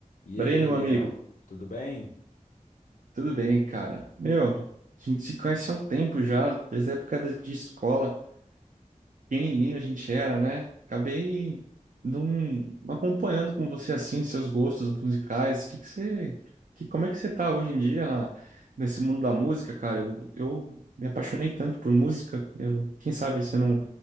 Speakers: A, on the left (about 70°); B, on the right (about 70°).
A: E
B: Breno,
A: aí, Daniel,
B: meu amigo,
A: tudo bem?
B: tudo bem, cara? Meu, a gente se conhece há um tempo já, desde a época da- de escola. Pequenininho a gente era, né? Acabei não não acompanhando com você assim, seus gostos musicais. Que que você, que, como é que você tá hoje em dia na- nesse mundo da música, cara? Eu, eu me apaixonei tanto por música. Eu- quem sabe você não,